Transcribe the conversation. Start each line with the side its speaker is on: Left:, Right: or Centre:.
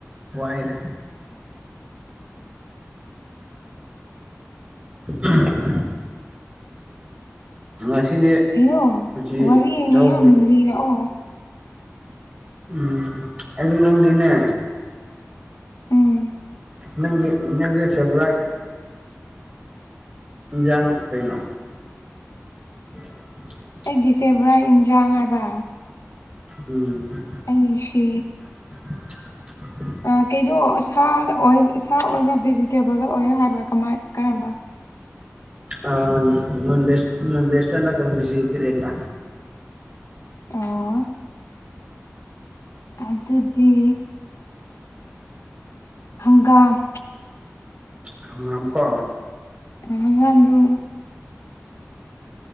Right: ꯋꯥꯗ ꯎꯝ ꯑꯁꯤꯁꯤꯒꯦ
Left: ꯀꯩꯅꯣ
Right: ꯁꯆ
Left: ꯋꯥꯔꯤ
Right: ꯌꯥꯎ
Left: ꯃꯌꯥꯝ ꯂꯤꯔꯛꯑꯣ
Right: ꯎꯝ ꯑꯩ ꯅꯪꯗꯟꯅ
Left: ꯎꯝ
Right: ꯅꯪꯒꯤ ꯅꯪꯒꯤ ꯐꯦꯕꯔꯥꯏꯠ ꯏꯟꯖꯥꯡ ꯀꯩꯅꯣ <inaudible>
Left: ꯑꯩꯒꯤ ꯐꯦꯕꯣꯔꯥꯏꯠ ꯏꯟꯖꯥꯥꯡ ꯍꯥꯏꯕ
Right: ꯎꯝ
Left: ꯑꯩꯁꯦ
Right: <inaudible>
Left: ꯑ ꯀꯩꯗꯣ ꯑ ꯁꯥꯗ ꯑꯣꯏ ꯁꯥ ꯑꯣꯏꯕ꯭ꯔꯥ ꯚꯦꯖꯤꯇꯦꯕꯜꯗ ꯑꯣꯏꯔꯥ ꯍꯥꯏꯕ꯭ꯔꯥ ꯀꯃꯥꯏ ꯀꯔꯝꯕ
Right: ꯑ ꯅꯟ ꯕꯦꯁ ꯅꯟ ꯕꯦꯁꯇ ꯅꯠꯇꯕ ꯕꯦꯖꯤꯇꯔꯤꯌꯟꯗ
Left: ꯑꯣ ꯑꯗꯨꯗꯤ ꯍꯪꯒꯥꯝ
Right: ꯍꯪꯒꯥꯝꯀꯣ
Left: <unintelligible>